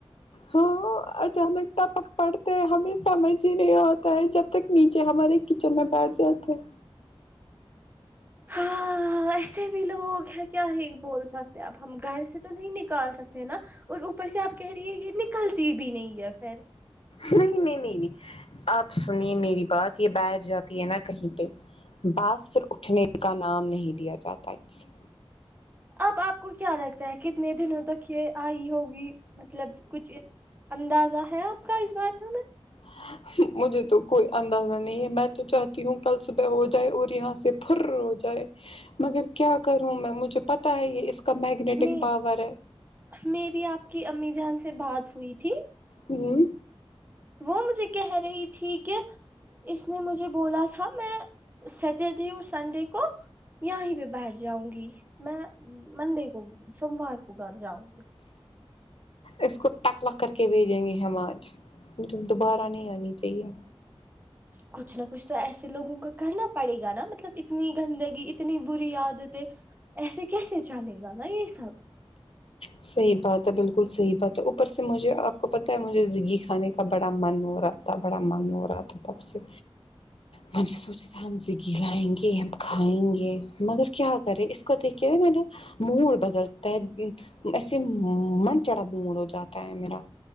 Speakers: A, on the left; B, on the right.
A: ہاں اچانک ٹپک پڑتے ہیں ہمیں سمجھ ہی نہیں آتا ہے جب تک نیچے ہمارے کچن میں بیٹھ جاتے
B: ہاں ایسے بھی لوگ ہے کیا ہی بول سکتے اب ہم گھر سے تو نہیں نکال سکتے ہیں نا اور اوپر سے آپ کہہ رہی ہیں یے نکلتی بھی نہیں ہے پھر
A: نہیں نہیں نہیں نہیں آپ سنیے میری بات یے بیٹھ جاتی ہے نا کہیں پے باض پھر اٹھنے کا نام نہیں دیا جاتا ان سے
B: اب آپ کو کیا لگتا ہے کتنے دنوں تک یے آئی ہوگی مطلب کچھ اندازہ ہے آپ کا اس بارے میں
A: ہاں مجھے تو کوئی اندازہ نہیں ہے میں تو چاہتی ہوں کل صبح ہو جائے اور یہاں سے پھر ہو جائے مگر کیا کروں میں مجھے پتہ ہے یے اس کا میگنیٹک
B: میں
A: پاور ہے
B: میری آپ کی امی جان سے بات ہوئی تھی
A: ہمم
B: وہ مجھے کہہ رہی تھی کہ اس نے مجھے بولا تھا میں سٹرڈے اور سنڈے کو یہ ہی پہ بیٹھ جاؤں گی میں منڈے کو سوموار کو گھر جاؤں گی
A: اس کو تٹکلا کر کے بھیجیں گے ہم آج مجھے دوبارہ نہیں آنی چاہیے
B: کچھ نہ کچھ تو ایسے لوگوں کا کرنا پڑے گا نا مطلب اتنی گندگی اتنی بری عادتیں ایسے کیسے چلے گا نا یہ سب
A: صحیح بات ہے بالکل صحیح بات ہے اوپر سے مجھے آپ کو پتہ ہے مجھے زگی کھانے کا بڑا من ہو رہا تھا بڑا من ہو رہا تھا تب سے میں نے سوچا تھا ہم زگی لائیں گے ہم کھائیں گے مگر کیا کریں اس کو دیکھ کے میرا موڑ بدلتا ہے ایسے من چڑا موڑ ہو جاتا ہے میرا